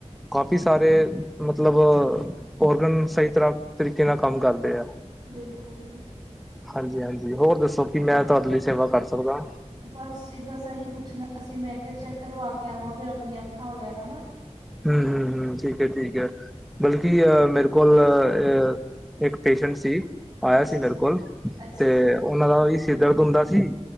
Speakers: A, in the centre; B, on the right.
A: ਕਾਫੀ ਸਾਰੇ ਮਤਲਬ, ਔਰਗਨ ਸਹੀ ਤਰ੍ਹਾਂ ਤਰੀਕੇ ਨਾ ਕੰਮ ਕਰਦੇ ਆ‌।
B: ਬਿਲਕੁਲ।
A: ਹਾਂਜੀ-ਹਾਂਜੀ, ਹੋਰ ਦੱਸੋ ਕਿ ਮੈਂ ਤੁਹਾਡੇ ਲਈ ਸੇਵਾ ਕਰ ਸਕਦਾ ਆ?
B: ਬਸ ਜੀ ਬਸ, ਇਹੀ ਪੁੱਛਣਾ ਸੀ ਮੈਂ ਕਿਹਾ ਚੈੱਕ ਕਰਵਾ ਕੇ ਆਵਾਂ ਫਿਰ ਆਪਣੀਆਂ ਅੱਖਾਂ ਵਗੈਰਾ ਨਾ
A: ਹੂੰ-ਹੂੰ, ਹੂੰ ਠੀਕ ਐ, ਠੀਕ ਐ। ਬਲ ਕਿ ਮੇਰੇ ਕੋਲ ਅਹ, ਇੱਕ ਪੇਸ਼ੈਂਟ ਸੀ। ਆਇਆ
B: ਅੱਛਾ
A: ਸੀ
B: ਜੀ
A: ਮੇਰੇ ਕੋਲ
B: ਅੱਛਾ
A: ਤੇ
B: ਜੀ
A: ਉਨਾਂ ਦਾ ਓਹੀ ਸਿਰਦਰਦ ਹੁੰਦਾ ਸੀ